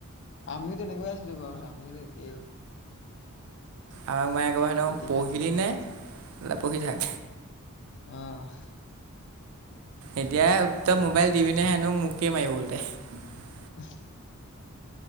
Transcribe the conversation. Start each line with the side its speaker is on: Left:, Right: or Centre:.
Left: আমিও তেনেকুৱাই আছিলো বাৰু, আমিও একেই।
Right: আমাক মায়ে ক'ব হেনো
Left: মিতি
Right: পঢ়িলি
Left: খাইছিলো
Right: নে, পঢ়ি থাক।
Left: অহ।
Right: এতিয়া তই মোবাইল টিভি <unintelligible> হেনো মোকে মাৰিব <unintelligible>
Left: <unintelligible>